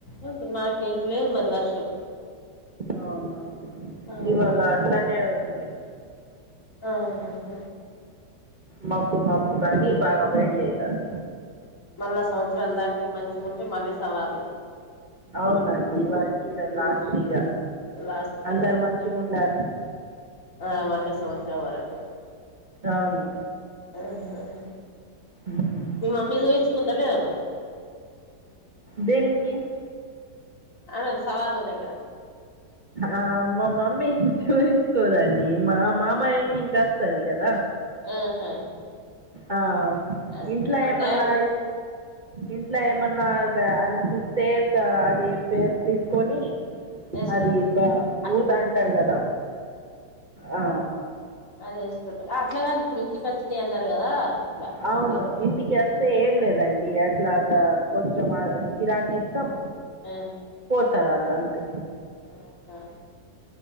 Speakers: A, on the left; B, on the right.
A: అ మా కేట్లేదు మరి వర్షం
B: అవునా
A: అవును
B: ఇవాళ అట్లనే ఉంది
A: ఆహ
B: మబ్బు మబ్బు కానీ బాగా వెడి అయితంది
A: మళ్ళీ సంవత్సరం దాక మంచిగా ఉంటే మళ్ళీ సవార్లు
B: అవునండి వాటికిరా లాస్ట్
A: ఉమ్.
B: ఈగ
A: లాస్ట్ రోజు
B: అందరు మంచిగా ఉండాలి
A: ఆ మళ్ళీ సంవత్సరం వరకు
B: అవును
A: ఆ
B: ఉమ్.
A: మీ మమ్మీ చూయించుకుందా లేదా మరి
B: దేనికి
A: అను సవార్ల దగ్గర
B: ఆ అమ్మ మమ్మీ చూ కోదండి మా మామయ్యకి ఇంకా వస్తది కదా
A: ఆహా
B: ఆ
A: అదే
B: ఇంట్లో
A: అంటే
B: ఏమన్నా
A: ఇంటి
B: ఇంట్లో ఏమన్నా అనిపిస్తే అది పేరు తీసుకొని
A: వేసుకుంటారు
B: అది బా
A: అట్లా
B: ఊదు అంటారు కదా ఆ
A: అదిసుకుంట అట్లాగా ఇప్పుడు ఇంటికి వచ్చిన అన్నారు కదా ఇట్లా
B: అవును
A: చేయించుకుని
B: ఇంటికిస్త అంతే ఏం లేదండి అట్లాగా కొంచెం చిరాకిీ ఇస్తాం
A: హు
B: పోతారాళ్లు అంతే
A: ఆహా